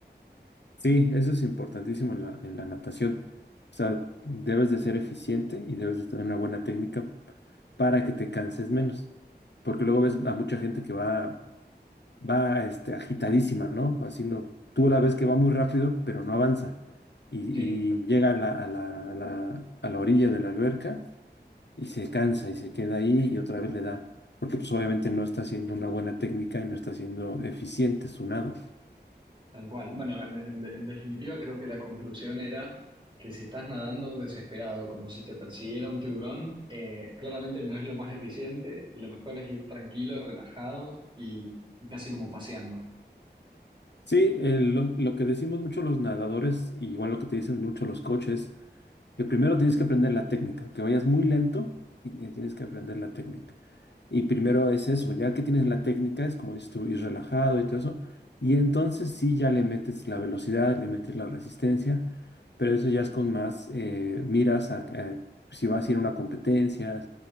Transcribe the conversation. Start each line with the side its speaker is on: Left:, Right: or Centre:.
Left: sí, eso es importantísimo en la, en la natación. O sea, debes de ser eficiente y debes de tener una buena técnica para que te canses menos. Porque luego ves a mucha gente que va va este, agitadísima, ¿no? Haciendo, tú la ves que va muy rápido, pero no avanza. Y,
Right: Sí,
Left: y llega a la, a la, a la, a la orilla de la alberca y se cansa y se queda ahí y otra vez le da, porque pues obviamente no está haciendo una buena técnica y no está siendo eficiente su nado.
Right: tal cual. Bueno, en, en- en definitiva creo que la conclusión era que si estás nadando desesperado, como si te persiguiera un tiburón, eh, claramente no es lo más eficiente y lo mejor es ir tranquilo, relajado y, y casi como paseando.
Left: Sí, eh, lo, lo que decimos mucho los nadadores, y igual lo que te dicen mucho los coaches, que primero tienes que aprender la técnica, aunque vayas muy lento, ti- eh, tienes que aprender la técnica. Y primero es eso, ya que tienes la técnica, es como dices tú, ir relajado y todo eso. Y entonces sí, ya le metes la velocidad, le metes la resistencia, pero eso ya es con más eh, miras a, a si vas a ir a una competencia,